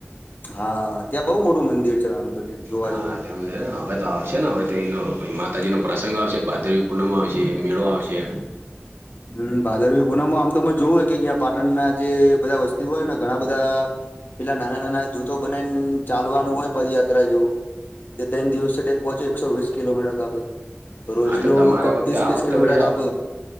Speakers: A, on the left; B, on the right.
A: હા ત્યાં બઉુ મોટું મંદિર છે, આમ તો જોવા
B: હા
A: જાવ તો તમે
B: તધે. તો આવશે ને હવે તો એનો માતાજી નો પ્રસંગ આવશે ભાદરવી પૂનમ આવશે મેળો આવશે
A: હમ ભાદરવી પૂનમો આમ તો જોવુંય કે અહં પાટણના જે બધા વસ્તી હોય, ને ઘણા બધા. પેલા નાના નાના જૂથો બનાવીને ચાલવાનું હોય પદયાત્રા જેવુ તે ત દિવસ પહોંચી એકો વસ કિલોમીટર તા રોજ
B: હા તો
A: ન
B: તમારે
A: કક
B: વખતે
A: ત્રીસ
B: આ
A: ત્રીસ
B: વખતે
A: કિલોમીટર
B: વળી
A: કાબ.
B: આપ